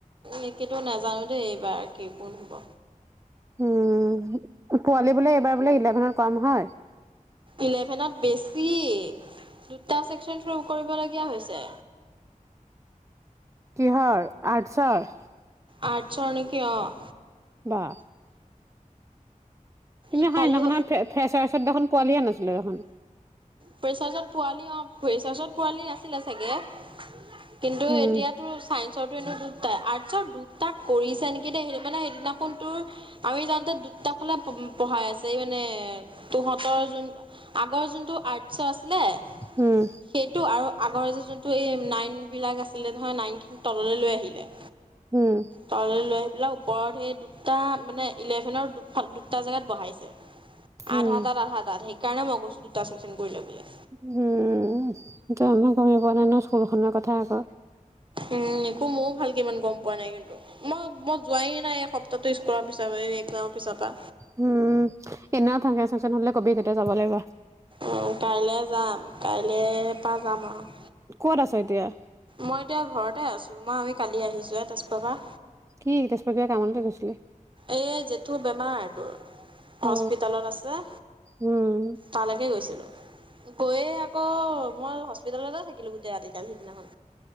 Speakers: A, on the right; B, on the right.
A: এনে কিন্তু, নাজানো দেই, এইবাৰ কি কোন হ'ব।
B: উম, পোৱালি বোলে, এইবাৰ বোলে, ইলেভেনত কম হয়।
A: ইলেভেনত বেছি দুটা চেকচন, থৰূহ কৰিবলগীয়া হৈছে।
B: কিহৰ, আৰ্টছৰ?
A: আৰ্টছৰ নেকি অ'।
B: বা। কিন্তু
A: ইফালো
B: সিদিনাখনত, ফ্ৰেছাছত দেখোন, পোৱালিয়ে নাছিলো দেখুন।
A: ফ্ৰেছাৰ্ছত পোৱালি অ', ফ্ৰেছাৰ্ছত পোৱালি নাহিলে চাগে, কিন্তু
B: উম
A: এতিয়াটো চাইন্স টো এনেও দুটা, আৰ্টচৰ দুটা কৰিছে নেকি দেই, সেই মানে সেইদিনাখন তোৰ আমি যাওঁতে দুটাফালে পঢ়াই আছে, এই মানে তহঁতৰ যোন, আগৰ যোনটো আৰ্টছৰ আছিলে
B: উম।
A: সেইটো, আৰু আগৰ যে যোনটো এই নাইন বিলাক আছিলে নহয়, নাইনখিনি তললৈ লৈ আহিলে।
B: উম।
A: তললৈ লৈ আহি পেলাই, ওপৰত সেই দুটা, মানে ইলেভেনৰ দুফাল দুটা জেগাত বহাইছে।
B: উম
A: আধা তাত, আধা তাত, সেইকাৰণে, মই কৈছোঁ দুটা চেকচন কৰিলে বুলি।
B: উম, জানোঁ গমেই পোৱা নাই নহয়, স্কুলখনৰ কথা আগৰ।
A: উম, একো মইয়ো ভালকে ইমান গম পোৱা নাই কিন্তু, মই, মই যোৱাই নাই এই সপ্তাহটো স্কুল। কৰা পিছত এই। এক্সামৰ পিছৰ পৰা।
B: উম, এনেও ফাংচন-চাংচন হ'লে কবি, তেতিয়া যাব লাগিব।
A: অ', কাইলে যাম, কাইলেৰ পৰা যাম আৰু।
B: ক'ত আছ এতিয়া?
A: মই এতিয়া ঘৰতে আছো। মই, আমি কালি আহিছো হে তেজপুৰৰ পৰা।
B: কি তেজপুৰ কিবা কামলৈ গৈছিলি।
A: এই জেঠু বেমাৰটোৰ, হস্পিটেলত
B: অ
A: আছে।
B: উম
A: তালৈকে গৈছিলো। গৈয়ে আকৌ, মই হস্পিতেলতে থাকিলো, গোটেই ৰাতি দাল সিদিনাখন।